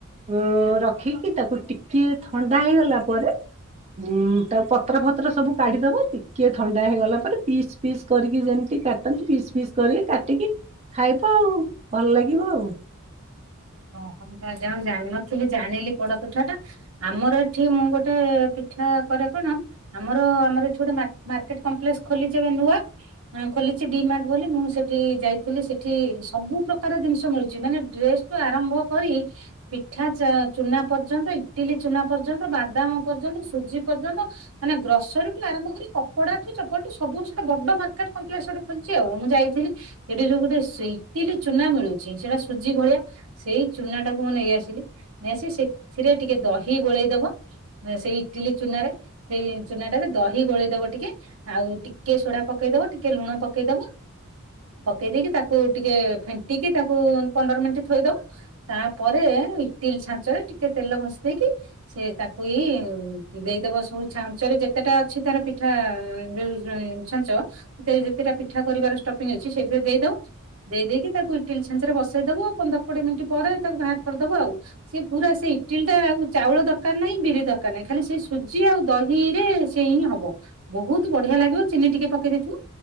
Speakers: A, on the right (about 30°); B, on the right (about 80°).
A: ଉ ରଖିକି ତାକୁ ଟିକି ଥଣ୍ଡା ହେଇଗଲା। <inaudible> ହୁଁ ତାଉ ପତ୍ର ଫତ୍ର ସବୁ କାଢିଦବ ଟିକେ ଥଣ୍ଡା ହେଇଗଲା ପରେ ପିସ୍ ପିସ୍ କରିକି ଯେମିତି କାଟନ୍ତି ପିସ୍ ପିସ୍ କରିକ କାଟିକି ଖାଇବ ଆଉ ଭଲ ଲାଗିବ ଆଉ
B: ଓ ହ ତ ଯା ଜାନଥିଲି ଜାଣିଲି ପୋଡପିଠା ଟା ଆମର ଏଠି ମୁଁ ଗୋଟେ ଇଛା କରେ କଣ ଆମର ଆମର ଏଠ ଗୋଟେ ମାର୍କେଟ କମ୍ପ୍ଲେକ୍ସ ଖୋଲିଛି ଏ ନୂଆ ହଁ ଖୋଲିଛି ଦି ମାସ ବୋଲି ମୁଁ ସେଠି ଯାଇଥିଲି ସେଠି ସବୁ ପ୍ରକାର ଜିନିଷ ମିଳୁଛି ମାନେ ଡ୍ରେସ ୁ ଆରମ୍ଭ କରି ପିଠା ଚ ଚୁନା ପର୍ଯ୍ୟନ୍ତ ଇଟିଲି ଚୁନା ପର୍ଯ୍ୟନ୍ତ ବାଦାମ ପର୍ଯ୍ୟନ୍ତ ସୁଜି ପର୍ଯ୍ୟନ୍ତ ମାନେ ଗ୍ରସରୀଠୁ ଆରମ୍ଭ କରି କପଡାଠୁ ଚପଲଠୁ ସବ ଗଟେ ବଡ ମାର୍କେଟ କପ୍ଲେକ୍ସ ଗୋଟେ ଖୋଲିଛି ଆଉ ମୁଁ ଯାଇଥିଲିଇଠି ଯୋଉ ଗୋଟେ ସି କି ଲି ଚୁନା ମିଳୁଛି। ସେଟା ସୁଜି ଭଳିଆ ସେଇ ଚୁନା ଟାକୁ ମୁଁ ନେଇ ଆସିଲି ନେଇ ଆସି ସେଥିରେ ଟିକେ ଦହି ଗୋଳେଇ ଦବ ସେଇ ଇଟିଲି ଚୁନା ାରେ ସେଇ ଚୁନା ଟାରେ ଦହି ଗୋଳେଇ ଦବ ଟିକେ ଆଉ ଟିକେ ସୋଡା ପକେଇ ପକେଇଦବା ଟିକେ ଲୁଣ ପକେଇଦବା ପକେଇ ଦେଇେଇକି ତାକୁ ଟିକେ ଫେଣ୍ଟିକି ତାକୁ ପନ୍ଦର ମିନିଟ ଥୋଇଦଉ ତାପରେ ଇଟି ଲି ଛାଞ୍ଚରେ ଟିକେ ତେଲଘସି ଦେଇେଇକି ସେ ତାକୁ ଏଇ ଉଦେଇଦବ ସବୁ ଛାଞ୍ଚରେ ଯେତେଟା ଅଛି ତାର ପିଠା ଆ ଯୋଉ ଛାଞ୍ଚ ଯେତେଟା ପିଠା କରିବାର ଷ୍ଟପିଂ ଅଛି ସେଥିରେ ଦେଇଦବ ଦେଇେଇକି ତାକୁ ଇଟିଲି ଛାଞ୍ଚରେ ବସେଇ ଦବୁ ପନ୍ଦର କୋଡିଏ ମିନିଟ୍ ପରେ ତାକୁ ବାହାର କରିଦବ ଆଉ ସେି ପୁରା ସେଇ ଇଟିଲି ଟା ଆଉ ଚାଉଳ ଦରକାର ନାହିଁ ବିରି ଦରକାର ନାଇଁ ଖାଲି ସେ ସୁଜି ଆଉ ଦହି ରେ ସେ ହିଁ ହବ ବହୁତ ବଢିଆ ଲାଗିବ ଚିନି ଟିକେ ପକେଇଦେଥିବୁ